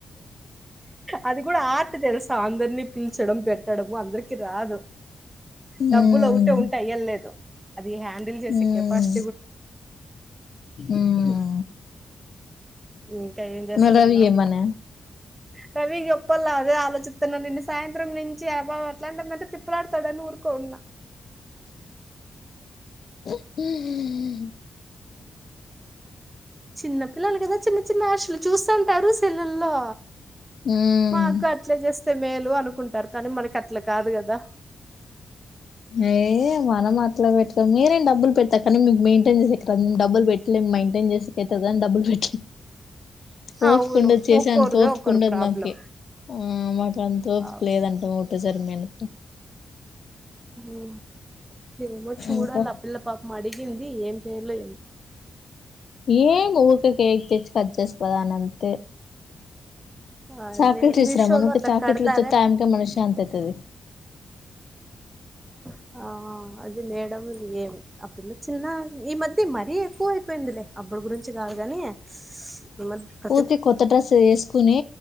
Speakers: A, on the right; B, on the left.
A: అది గుడా ఆర్ట్ తెల్స్ అందరినీ పిల్చడం పెట్టడము అందరికి రాదు డబ్బులు
B: ఉమ్
A: ఒకటే ఉం టై అయ్యలేదు అది హ్యాండిల్ జేసే
B: ఉమ్
A: కెపాసి
B: ఉమ్
A: ఇంకా ఏం చేస్తాన్నావ్
B: మరాది ఏమన
A: రవికి జెప్పల్ల అదే ఆలోచిత్తన్నా నిన్న సాయంత్రం నించి యాబా అట్లాంటుందంటే తిప్పలాడతాదాని ఊరుకో ఉన్నా
B: ఉమ్
A: చిన్న పిల్లలు కదా చిన్న చిన్న ఎశలు చూస్తా ఉంటారు సెల్లుల్లో
B: ఉమ్
A: మా క అట్లా జేస్తే మేలు అనుకుంటారు కానీ మనకి అట్లా కాదు కదా
B: ఏఏ మనం అట్లా పెటం మీరేం డబ్బులు పెట్టకండి మీకు మెయింటైన్సే ఇతం డబ్బులు పెట్టా ఇ మయింటైన్స్కతది అని డబ్బులు పెట్టే ఓపుకుండదు
A: అవును
B: చేసే
A: ఒక్కోరిదే
B: అంత ఓపుకుండదు
A: ఒక్కోరు ప్రాబ్లం
B: మకి ఊమ్ మాకు అంత ఓపిక
A: అవు
B: లేదంటా ఒకేసారి మెన్
A: ఉ ఏమో చూడాలి
B: ఇంకా
A: ఆ పిల్ల పాపం అడిగింది ఏం చేయలో ఏమో
B: ఏం ఊర్కే కేక్ తెచ్చి కాజ్ చేస్తదని అంతే
A: అదే
B: చాక్లెట్ ఇస్ర
A: మీషోలో
B: అమ ను
A: అట్లా
B: చాకెట్లు
A: కడతారే
B: ఇచ్చాతే ఆమికే మన శాంతి అయితది
A: ఆ హ అది మేడం ఉంది ఏమి ఆ పిల్ల చిన్న ఈ మధ్య మరీ ఎక్కువ అయిపోయిందిలే అప్పుడు గురించి కాదుగాని మరి
B: పూర్తిక్ కొత్త డ్రస్ వేస్కునీ